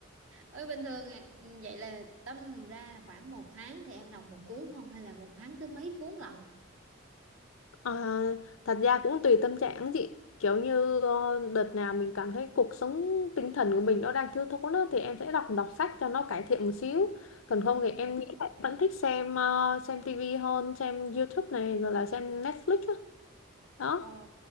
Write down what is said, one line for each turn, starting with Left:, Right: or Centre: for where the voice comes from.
Right: ơi bình thường à, vậy là tâm ra là khoảng một tháng thì em đọc một cuốn không hay là một tháng tới mấy cuốn lận
Left: À, thật ra cũng tùy tâm trạng á chị kiểu như ờ, đợt nào mình cảm thấy cuộc sống tinh thần của mình nó đang thiếu thốn á, thì em sẽ đọc đọc sách cho nó cải thiện một xíu còn
Right: ừ.
Left: không thì em nghĩ là em vẫn thích xem ờ, xem tivi hơn xem YouTube này rồi là xem Netflix á. đó
Right: Ồ,